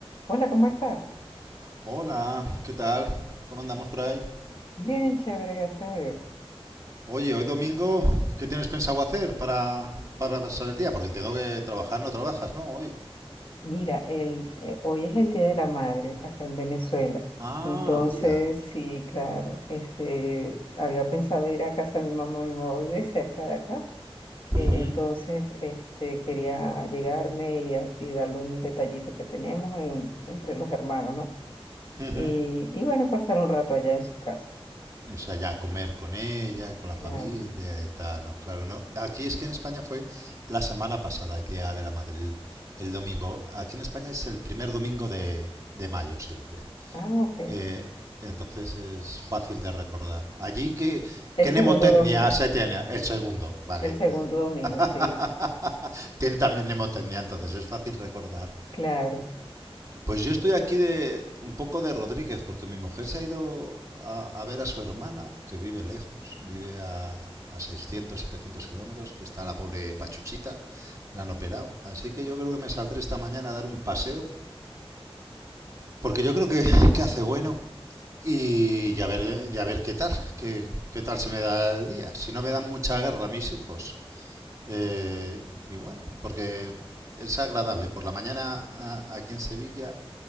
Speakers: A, on the left; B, on the right.
A: Hola, ¿cómo estás?
B: Hola, ¿qué tal? ¿Cómo andamos por ahí?
A: Bien, chévere, gracias a Dios.
B: Oye, hoy domingo, ¿qué tienes pensado hacer para, para pasar el día? Porque entiendo que trabajar no trabajas, ¿no? Hoy.
A: Mira, el, eh, hoy es el Día de la Madre acá en Venezuela.
B: Ah,
A: Entonces,
B: mira.
A: sí, claro, este, había pensado ir a casa de mi mamá, mi mamá vive cerca de acá. Eh,
B: Ujú,
A: entonces, este, quería llegarme y, a- y darle un detallito que tenemos en- entre los hermanos, ¿no?
B: ujú.
A: Y, y bueno, pasar un rato allá en su casa.
B: O sea, ya comer con ella, con la
A: Claro.
B: familia y tal, ¿no? Claro, no. Aquí es que en España fue la semana pasada, el Día de la Madrid, el el domingo. Aquí en España es el primer domingo de, de mayo siempre.
A: Ah, ok.
B: Eh, entonces es fácil de recordar. Allí, ¿qué,
A: El
B: qué
A: segundo
B: nemotecnia
A: domingo.
B: se tiene? El segundo, vale.
A: El segundo domingo, sí,
B: <laughs> tiene también nemotecnia, entonces es fácil recordar.
A: claro.
B: Pues yo estoy aquí de un poco de Rodríguez, porque mi mujer se ha ido a, a ver a su hermana, que vive lejos, vive a, a 600, 700 kilómetros, que está la pobre Pachuchita, la han operado. Así que yo creo que me saldré esta mañana a dar un paseo Porque yo creo que, que hace bueno y ya ver, ya ver qué tal, qué, qué tal se me da el día. Si no me dan mucha guerra a mis hijos. Eh, y bueno, porque es agradable. Por la mañana a- aquí en Sevilla